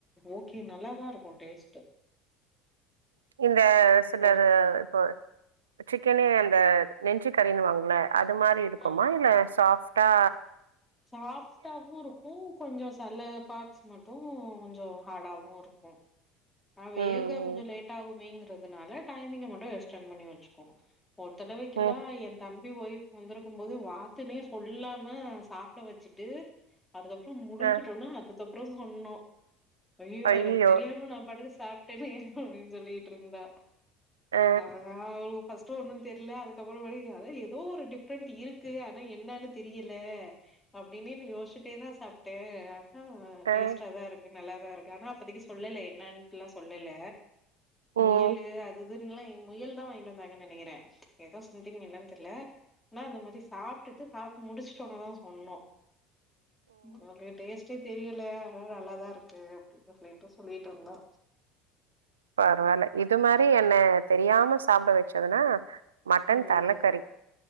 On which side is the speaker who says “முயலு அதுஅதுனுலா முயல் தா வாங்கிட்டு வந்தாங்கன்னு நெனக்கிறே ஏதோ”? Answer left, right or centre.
Left